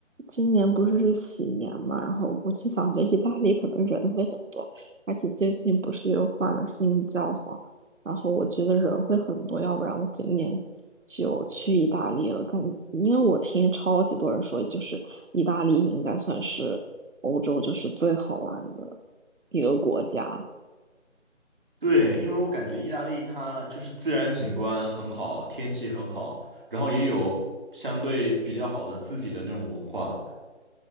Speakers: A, on the right; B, on the right.
A: 今年不是是喜年嘛，然后我就想着意大利可能人会很多，而且最近不是又换了新教皇，然后我觉得人会很多，要不然我今年就去意大利了。感，因为我听超级多人说，就是意大利应该算是欧洲就是最好玩的一个国家。
B: 对，因为我感觉意大利它就是自然景观很好，天气很好，然后也有相对比较好的自己的那种文化。